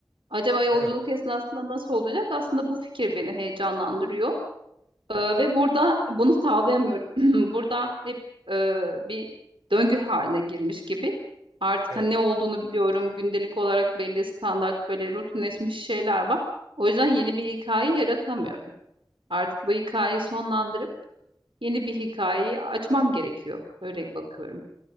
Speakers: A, on the right; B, on the right.
A: Acaba yolculuk
B: evet,
A: esnasında nasıl olacak? Aslında bu fikir beni heyecanlandırıyor. Ee,
B: evet,
A: ve burada bunu sağlayamıyorum. <clears throat> Burada hep e, bir döngü haline girmiş gibi. Artık
B: evet,
A: hani ne olduğunu biliyorum. Gündelik olarak belli standart böyle rutinleşmiş şeyler var. O yüzden yeni bir hikaye yaratamıyorum. Artık bu hikayeyi sonlandırıp yeni bir hikayeyi açmam gerekiyor. Öyle bakıyorum.